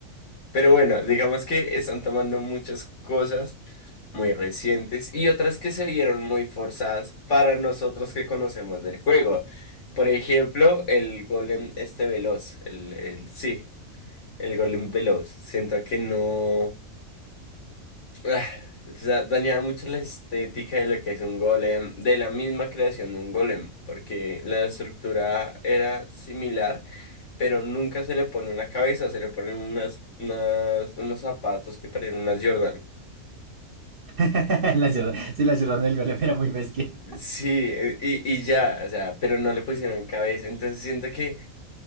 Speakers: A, on the left; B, on the right.
A: Pero bueno, digamos que están tomando muchas cosas muy recientes y otras que se vieron muy forzadas para nosotros que conocemos del juego. Por ejemplo, el golem este veloz, el, el sí, el golem veloz. Siento que no ah, o sea, dañaba mucho la estética de lo que es un golem, de la misma creación de un golem, porque la estructura era similar, pero nunca se le pone una cabeza, se le ponen unas, unas- unos zapatos que parecen unas Jordan.
B: <laughs> la ciudad, sí, la ciudad del golem era muy bestia.
A: Sí, eh, y, y ya, o sea, pero no le pusieron cabeza. Entonces siento que,